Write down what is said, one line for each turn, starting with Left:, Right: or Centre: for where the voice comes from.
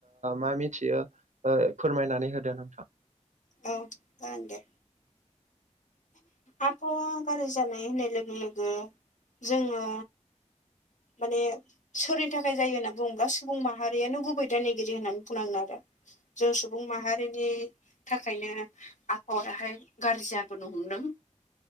Right: मा मिथियो फोरमायनानै होदो नोंथां
Left: क जागोन दे। आबहावा गारजि जानाय होननाय लोगो लोगो जोङो माने सोरनि थाखाय जायो होनना बुङोब्ला सुबुं माहारियानो गुबै दायनिगिरि होननानै बुंनांगोन आरो। जों सुबुं माहारिनि थाखायनो आबहावायाहाय गारजि जाबोनो हमदों